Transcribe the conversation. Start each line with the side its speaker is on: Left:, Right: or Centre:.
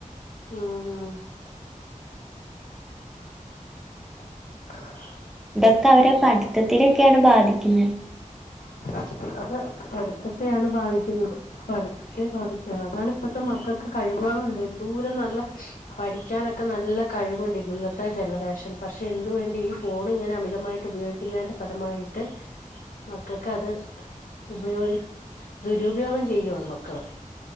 Left: ഉം ഉം ആ
Centre: ഇതൊക്കെ അവരെ പഠിത്തത്തിനൊക്കെയാണ് ബാധിക്കുന്നത്
Left: <unintelligible> അത് പഠിത്തത്തെയാണ് ബാധിക്കുന്നത് പഠിത്തത്തെ ബാധിക്കുക അതാണ് ഇപ്പത്തെ മക്കൾക്ക് കഴി ണ്ട് ദൂര നല്ല പഠിക്കാനൊക്കെ നല്ല കഴിവുണ്ട് ഇന്നത്തെ ജനറേഷൻ പക്ഷെ എതു വണ്ടി ഈ ഫോൺ ഇങ്ങനെ അമിതമായിട്ട് ഉപയോഗിക്കുന്നതിന്റെ ഫലമായിട്ട് മക്കൾക്ക് അത് ഉപയൊ ദുരുപയോഗം ചെയ്യുവാണ് മക്കള്